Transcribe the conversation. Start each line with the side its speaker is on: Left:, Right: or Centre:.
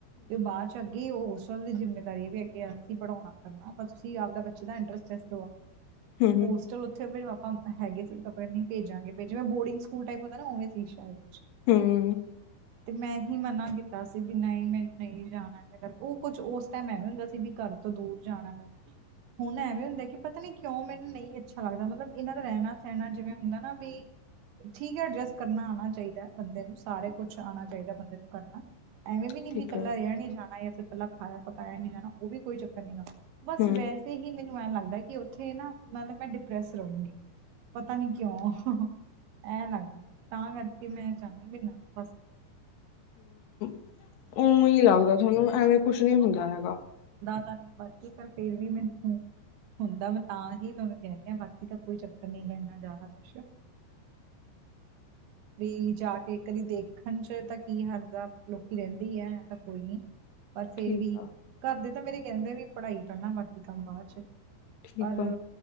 Right: ਤੇ ਉਹ ਬਾਅਦ ਚ ਅੱਗੇ ਉਹ- ਦੀ ਜਿੰਮੇਦਾਰੀ ਹੈ ਵੀ ਅੱਗੇ ਅਸੀਂ ਪੜਾਉਣਾ ਕਰਨਾ ਤਾਂ ਤੁਸੀਂ ਆਪਦਾ ਬੱਚੇ ਦਾ ਇੰਟਰਸਟ-
Left: ਹੂੰ-ਹੂੰ-ਹੂੰ-ਹੂੰ-ਹੂੰ
Right: ਹੋਸਟਲ ਉੱਥੇ । ਆਪਾਂ ਹੈਗੇ ਸੀ ਤਾਂ ਆਪਾਂ ਭੇਜਾਂਗੇੇੇ ਬੋਰਡਿੰਗ ਸਕੂਲ ਟਾਈਪ ਹੁੰਦਾ ਨਾ ਉਵੇ ਸੀ ਸ਼ਾਇਦ ਕੁਝ।
Left: ਹਮ।
Right: ਤੇ ਮੈਂ ਹੀ ਮਨਾ ਕੀਤਾ ਸੀ। ਵੀ ਨਹੀਂ ਮੈਨੂੰ ਨਹੀਂ ਜਾਣਾ ਮ ਉਹ ਕੁਝ ਉਸ ਟਾਈਮ ਐਵੇਂ ਹੁੰਦਾ ਸੀ ਕਿ ਘਰ ਤੋਂ ਦੂਰ ਜਾਣਾ ਪੈਣਾ। ਹੁਣ ਐਵੇਂ ਹੁੰਦਾ ਕਿ ਪਤਾ ਨੀ ਕਿਉਂ ਮੈਨੂੰ ਨਹੀਂ ਅੱਛਾ ਲੱਗਦਾ। ਮਤਲਬ ਇਹਨਾਂ ਦਾ ਰਹਿਣਾ ਸਹਿਣਾ ਜਿਵੇਂ ਹੁੰਦਾ ਨਾ ਵੀ । ਠੀਕ ਹੈ । ਐਡਜਸਟ ਕਰਨਾ ਆਉਣਾ ਚਾਹੀਦਾ। ਬੰਦੇ ਨੂੰ ਸਾਰੇ ਕੁੱਝ ਆਉਣਾ ਚਾਹੀਦਾ । ਬੰਦੇ ਨੂੰ ਕਰਨਾ ਐਵੇਂ ਵੀ ਨੀ
Left: ਠੀਕ
Right: ਵੀ ਇਕੱਲਾ
Left: ਆ
Right: ਰਿਹਾ ਨੀ ਜਾਣਾ। ਇਕੱਲਾ ਖਾਇਆ ਪਕਾਇਆ ਨਹੀਂ ਜਾਣਾ। ਉਹ ਵੀ ਕੋਈ ਚੱਕਰ ਨਹੀਂ ਹੈਗਾ। ਬਸ
Left: ਹੂੰ-ਹੂੰ
Right: ਵੈਸੇ ਹੀ ਮੈਨੂੰ । ਮੈਨੂੰ ਐ ਲੱਗਦਾ ਕਿ ਉੱਥੇ ਨਾ ਮਤਲਬ ਮੈਂ ਡਿਪਰੈਸ ਰਹੂੰਗੀ । ਪਤਾ ਨੀ ਕਿਉਂ ਐ ਲੱਗਦਾ ਤਾਂ ਕਰਕੇ ਮੈਂ ਚਾਹੁੰਦੀ ਵੀ ਨਾ। <inaudible>
Left: ਉ ਹੀ ਲੱਗਦਾ ਤੁਹਾਨੂੰ ਐਵੇਂ ਕੁਝ ਨਹੀ ਹੁੰਦਾ ਹੈਗਾ ।
Right: ਪਤਾਂ ਨੀ ਬਾਕੀ ਪਰ ਫੇਰ ਵੀ ਮੈਨੂੰ । ਹੁੰਦਾ । ਮੈਂ ਤਾਂ ਹੀ ਤੁਹਾਨੂੰ ਕਹਿਣੀ ਹਾਂ ਬਾਕੀ ਤਾਂ ਕੋਈ ਚੱਕਰ ਨਹੀ ਲੈਨਾ ਜ਼ਿਆਦਾ ਕੁਝ। <inaudible> ਵੀ ਜਾ ਕੇ ਕਦੀ ਦੇਖਣ ਚ ਤਾਂ ਕੀ ਹਰਜ਼ ਐ। ਲੋਕੀ ਰਹਿੰਦੇ ਹੀ ਹੈ ਐ ਤਾਂ ਕੋਈ ਨੀ । ਪਰ ਫੇਰ
Left: ਠੀਕ
Right: ਵੀ
Left: ਆ
Right: ਘਰ ਦੇ ਤਾਂ ਮੇਰੇ ਕਹਿੰਦੇ ਵੀ ਪੜ੍ਹਾਈ ਕਰਨਾ ਬਾਕੀ ਕੰਮ ਬਾਅਦ ਚ ।
Left: ਠੀਕ
Right: ਪਰ
Left: ਆ